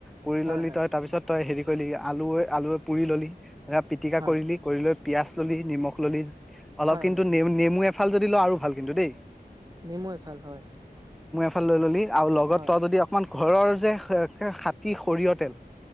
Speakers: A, in the centre; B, on the right.
A: পুৰি
B: হয়
A: ললি
B: হয়
A: তই তাৰপিছত তই হেৰি কৈলি আলুৰ - আলুৰ পুৰি ললি এয়া পিটিকা
B: হয়
A: কৰিলি কৰি লৈ পিয়াছ ললি নিমখ ললি অলপ
B: হয়
A: কিন্তু
B: হয়
A: নেমু -নেমু এক ফাল যদি লোৱা আৰু ভাল কিন্তু দেই।
B: নেমু এফাল হয়।
A: লয় ললি আৰু লগত
B: হয়
A: তই যদি অকমান ঘৰৰ যে খে কে খাতী সৰিয়হ তেল